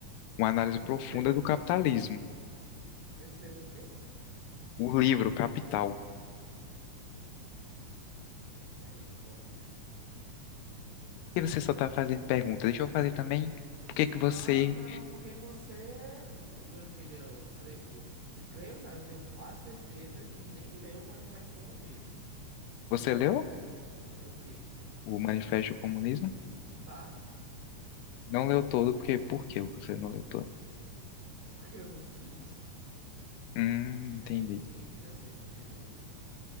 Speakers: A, on the left (about 90°); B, on the right (about 65°).
A: uma análise
B: Ele
A: profunda
B: escreveu
A: do
B: o quê?
A: capitalismo.
B: Ele escreveu o quê?
A: O livro Capital.
B: Misericórdia.
A: Por que você só está fazendo pergunta? Deixa eu fazer também. Por que que você
B: Ah, não, porque você, meu filho, eu creio, eu te- creio não, eu tenho quase certeza que nem leu o Manifesto Comunismo.
A: você leu
B: O quê?
A: o Manifesto do Comunismo?
B: Em partes,
A: Não leu todo, porque por que você não leu todo?
B: <laughs> porque eu não quis.
A: Hum, entendi.
B: É bem simples assim de entender.